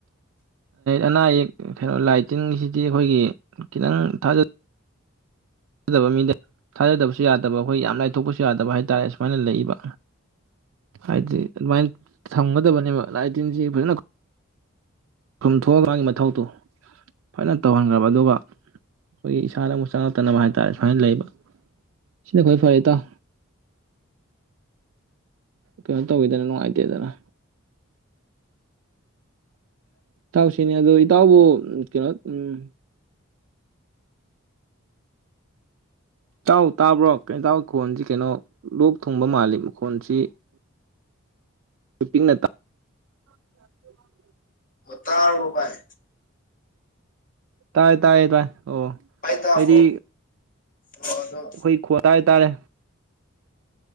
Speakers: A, on the right; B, on the left.
A: ꯑꯅꯥ ꯑꯌꯦꯛ ꯀꯩꯅꯣ ꯂꯥꯏ ꯇꯤꯟꯁꯤꯗꯤ ꯑꯩꯈꯣꯏꯒꯤ ꯈꯤꯇꯪ ꯊꯥꯖ ꯊꯥꯖꯗꯕ ꯃꯤꯗ ꯊꯥꯖꯗꯕꯁꯨ ꯌꯥꯗꯕ ꯑꯩꯈꯣꯏ ꯌꯥꯝ ꯂꯥꯏꯊꯣꯛꯄꯁꯨ ꯌꯥꯗꯕ ꯍꯥꯏꯇꯥꯔꯦ ꯁꯨꯃꯥꯏꯅ ꯂꯩꯕ ꯍꯥꯏꯗꯤ ꯑꯗꯨꯃꯥꯏꯅ ꯊꯝꯒꯗꯕꯅꯦꯕ ꯂꯥꯏ ꯇꯤꯟꯁꯤ ꯐꯖꯅ ꯄꯨꯟꯊꯣꯛꯑ ꯃꯥꯒꯤ ꯃꯊꯧꯗꯣ ꯐꯖꯅ ꯇꯧꯍꯟꯈ꯭ꯔꯕ ꯑꯗꯨꯒ ꯑꯩꯈꯣꯏꯒꯤ ꯏꯁꯥꯗ ꯑꯃꯨꯛ ꯆꯪꯉꯛꯇꯅꯕ ꯍꯥꯏꯇꯥꯔꯦ ꯁꯨꯃꯥꯏ ꯂꯩꯌꯦꯕ ꯁꯤꯅ ꯈꯔ ꯐꯔꯦ ꯏꯇꯥꯎ ꯀꯩꯅꯣ ꯇꯧꯋꯤꯗꯅ ꯅꯨꯡꯉꯥꯏꯇꯦꯗꯅ ꯏꯇꯥꯎꯁꯤꯅꯤ ꯑꯗꯨ ꯏꯇꯥꯎꯕꯨ ꯀꯩꯅꯣ ꯎꯝ ꯏꯇꯥꯎ ꯇꯥꯕ꯭ꯔꯣ ꯀꯦꯟꯇꯥꯎ ꯈꯣꯟꯁꯤ ꯀꯩꯅꯣ ꯂꯣꯛ ꯊꯨꯡꯕ ꯃꯥꯜꯂꯤ ꯃꯈꯣꯟꯁꯤ <unintelligible> <unintelligible>
B: ꯇꯥꯔꯕꯣ ꯕꯥꯥꯏ
A: ꯇꯥꯏ ꯇꯥꯏꯌꯦ ꯇꯥꯏ ꯑꯣ
B: ꯚꯥꯏ ꯇꯥꯕ꯭ꯔꯣ
A: ꯑꯩꯗꯤ
B: <unintelligible>
A: ꯑꯩꯈꯣꯏ ꯈꯣꯠꯇ ꯍꯥꯏꯇꯥꯔꯦ